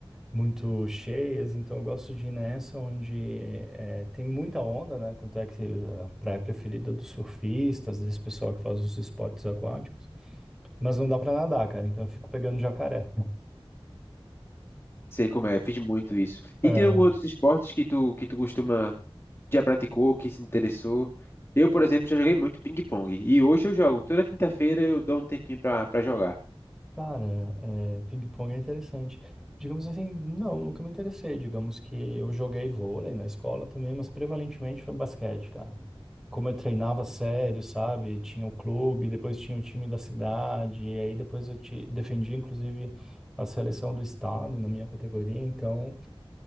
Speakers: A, in the centre; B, on the left (about 25°).
A: muito cheias, então eu gosto de ir nessa onde é, tem muita onda, né? Tanto é que a praia preferida dos surfistas, desse pessoal que faz os esportes aquáticos. Mas não dá pra nadar, cara, então eu fico pegando jacaré.
B: Sei como é, fiz muito isso.
A: É.
B: E tem alguns outros esportes que tu, que tu costuma, já praticou, que se interessou? Eu, por exemplo, já joguei muito ping-pong. E hoje eu jogo. Toda quinta-feira eu dou um tempinho pra, pra jogar.
A: Cara, é, ping-pong é interessante. Digamos assim, não, nunca me interessei. Digamos que eu joguei vôlei na escola também, mas prevalentemente foi basquete, cara. Como eu treinava sério, sabe? Tinha o clube, depois tinha o time da cidade, e aí depois eu te defendi, inclusive, a seleção do estado na minha categoria, então